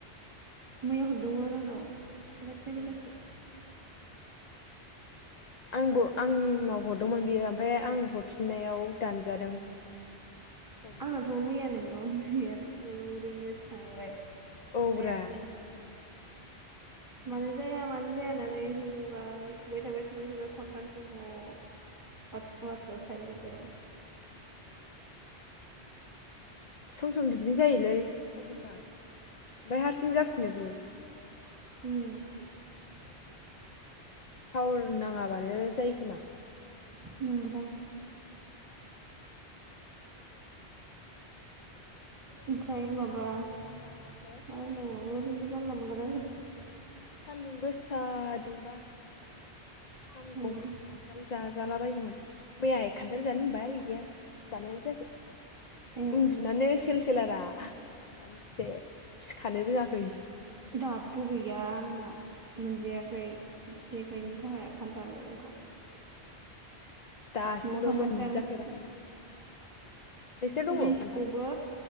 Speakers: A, on the right (about 15°); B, on the left (about 50°).
A: मैया हरदोंमोन आंनाव बेलासि बेलासि
B: ए आंबो आंनाव हरदोंमोन बेयो ओमफाय आं हरफिननायाव दानजादों प्रब्लेमसो
A: आंनाथ' मैया
B: माबा
A: नोंनाव गैया ओरैनो थांबाय
B: औब्रा
A: जायासै मानो जाया मानो जाया होननानै होबाय थुबाय थाबाय थुबाय थाबाय खनथामसो ह लाथिख' लाथिख' सो थाहैजोबबाय
B: सम सम बिदिनो जायोलै एखनबा ओमफ्राय हारसिं जा फिनोबो
A: उम
B: थावर नाङाबा नो जायो खोमा
A: नंगौदां ओमफ्राय माबा
B: सानदुं
A: मा
B: गोसा हो
A: होननांगौ ओरैनो जानला मोनला रायलायबाय
B: सान्दुं गोसा दुंबा हामगौमोन
A: रायलायबाय
B: खान्थाल जाजाला बायगौमोन मैयाहाय खान्थाल जानो होनबाय गैया जानायानो जायाखै
A: ए
B: उन्दुनानै सेल सेलारा सानसे सिखानो रोङाखै
A: दाबबो गैया आंहा मोनजायाखै देग्लायनि
B: गैया
A: थाखाय खान्थालखौ
B: दासिमबो
A: नआव थांबासो
B: मोनजाफेराखैनो
A: जानांसिगोन
B: नोंसोर दङ
A: लिसुखौबो
B: खान्थाल